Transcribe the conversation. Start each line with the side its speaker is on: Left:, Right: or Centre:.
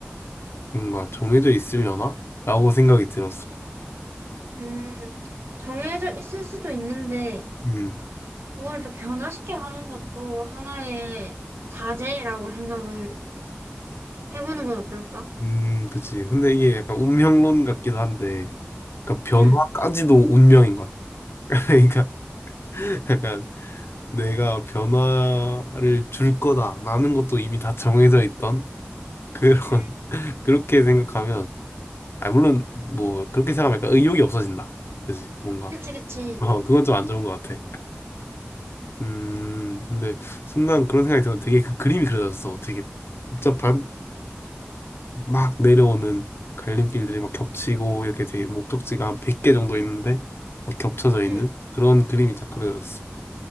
Left: 뭔가 정해져 있으려나? 라고 생각이 들었어.
Right: 음, 정해져 있을 수도 있는데,
Left: 음.
Right: 그걸 또 변화시켜 가는 것도 하나의 과제라고 생각을 해보는 건 어떨까?
Left: 음, 그치. 근데 이게 약간 운명론 같기도 한데, 그러니까 변화까지도
Right: 응,
Left: 운명인 거야. <laughs> 그러니까 약간 내가 변화를 줄 거다라는 것도 이미 다 정해져 있던 그런
Right: 음,
Left: <laughs> 그렇게 생각하면, 아 물론 뭐 그렇게 생각하면 약간 의욕이 없어진다. 그치? 뭔가.
Right: 그치, 그치.
Left: 어, 그건 좀 안 좋은 것 같아. 음, 근데 순간 그런 생각이 들면 되게 그 그림이 그려졌어. 되게 복잡한. 막 내려오는
Right: 응,
Left: 갈림길들이 막 겹치고 이렇게 돼 목적지가 한 100개 정도 있는데 막 겹쳐져 있는
Right: 응.
Left: 그런 그림이 딱 그려졌어.